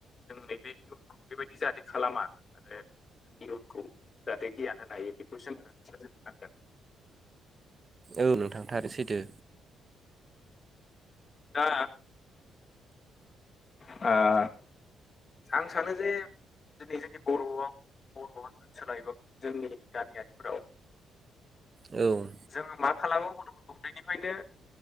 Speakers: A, on the left; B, on the right.
A: जों नै बे इयुनखौ बेबायदि जाहाथे खालामा आरो जों इयुनखौ जाहाथे गियान होन हायो बेखौ जोङो <unintelligible>
B: औ नोंथां थारैनो सैथो
A: दा आ आं सानो जे दिनै जोंनि बर'आव बर'आ ओनसोल एबा जोंनि गामियारिफोराव <inaudible>
B: औ
A: जोङो मा खालामो बर' उन्दैनिफ्रायनो